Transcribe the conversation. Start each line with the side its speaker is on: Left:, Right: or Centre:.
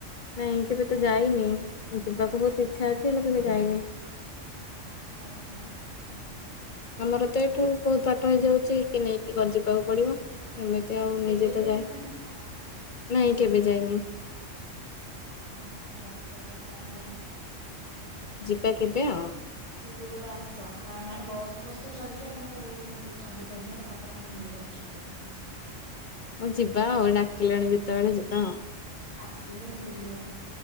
Left: ନାଇଁ କେବେତ ଯାଇନି ଯିବାକୁ ବହୁତ୍ ଇଚ୍ଛା ଅଛି ହେଲେ କେବେ ଯାଇନି।
Right: ଓହୋ।
Left: ଆମରତ ଏଠୁ ବହୁତ୍ ବାଟ ହେଇଯାଉଛି କିଏ ନେଇକି ଯିବାକୁ ପଡ଼ିବ। ଏମିତି ଆଉ
Right: କେବେ
Left: ନିଜେତ
Right: ବି ଆସିନାହାନ୍ତି
Left: ଯାଏ,
Right: ନା କଣ?
Left: ନାଇଁ କେବେ ଯାଇନି?
Right: ହଁ ଥରେ ଆସିବା କଥା ଯାହେଲେ।
Left: ଯିବା କେବେ ଆଉ।
Right: କେବେ ଗୋଟେ ଆସ ଖା ନା ବସ୍ ଫସ୍ ତ ଚାଲିଚି ଆପଣ ପଳେଇଆସୁନାହାନ୍ତି ଚଣ୍ଡିଖୋଲ ଯାଏ ତା ପରେ ଆମେ ବୁଲେଇ ନେଇଯିବୁ ତମକୁ।
Left: ଅଁ ଯିବା ଆଉ ଡାକିଲଣି ଯେତେବେଳେ ଯିବା ଆଉ।
Right: ଆସିବତ ବୁଲିବ